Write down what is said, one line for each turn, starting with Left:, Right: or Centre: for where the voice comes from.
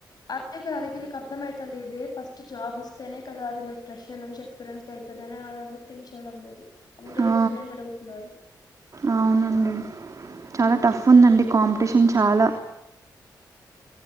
Left: అదే కద అది వీళ్ళకి అర్థమైతలేదే ఫస్ట్ జాబ్ ఇస్తేనే కద వీళ్ళ ప్రెషర్ నుంచి ఎక్స్పీరియన్స్గా అవుతది ఆ ఎవర్థిక్ చేయడం లేదు అందరూ
Right: ఆ,
Left: ఎక్స్పీరియన్స్ అడ్గుతున్నారు
Right: అవునండి చాల టఫ్ ఉందండి కాంప్టీషన్ చాల